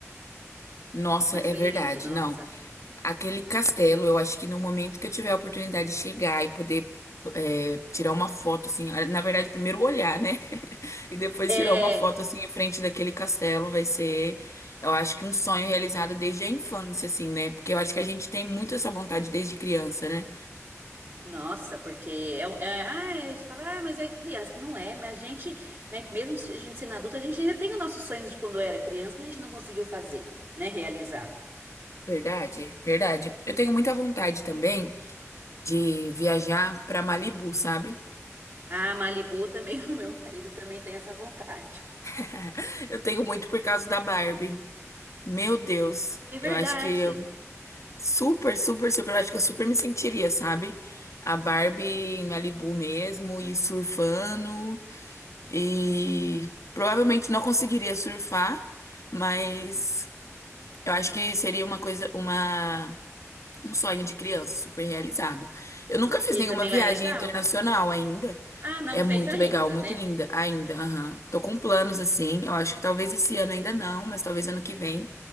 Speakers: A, on the left; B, on the right.
A: Nossa,
B: Mas
A: é
B: foi
A: verdade.
B: lindo, nossa.
A: Não, aquele castelo, eu acho que no momento que eu tiver a oportunidade de chegar e poder é, tirar uma foto, assim, ah, na verdade, primeiro olhar, né? <laughs> E depois
B: É,
A: tirar uma foto, assim, em frente daquele castelo, vai ser, eu acho que um sonho realizado desde a infância, assim, né? Porque eu acho que a gente tem muito essa vontade desde criança, né?
B: nossa, porque é, um- é, ah, a gente fala, ah, mas é criança. Não é, mas a gente, né, mesmo se a gente sendo adulta, a gente ainda tem os nossos sonhos de quando era criança que a gente não conseguiu fazer, né, realizar.
A: Verdade, verdade. Eu tenho muita vontade também de viajar pra Malibu, sabe?
B: Ah, Malibu também, <laughs> o meu marido também tem essa vontade.
A: <laughs> Eu tenho muito por causa da Barbie. Meu Deus,
B: É
A: eu
B: verdade.
A: acho que eu super, super, super, eu acho que eu super me sentiria, sabe? A Barbie em Malibu mesmo e surfando e provavelmente não conseguiria surfar, mas eu acho que seria uma coisa, uma um sonho de criança super realizado. Eu nunca fiz
B: E
A: nenhuma
B: também
A: viagem
B: lá é legal.
A: internacional ainda.
B: Ah, não
A: É
B: fez
A: muito
B: ainda,
A: legal, muito
B: né?
A: linda ainda. Aham. Tô com planos assim. Eu acho que talvez esse ano ainda não, mas talvez ano que vem.